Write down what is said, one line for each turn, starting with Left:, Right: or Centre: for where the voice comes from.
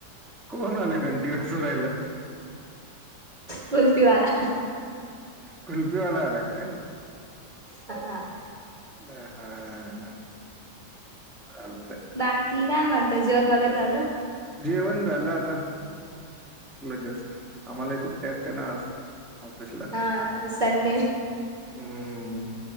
Centre: कोण आलं घंटी वाजू राहील?
Right: कुल्फीवाला.
Centre: कुल्फीवाला आला काय?
Right: हा.
Centre: बर आलो.
Right: बाकी काय म्हणताय, जेवण वगैरे झालं?
Centre: जेवण झालं आता. जस्ट आम्हाला सुट्टी असते ना आज ऑफिसला.
Right: हा संडे
Centre: हम्म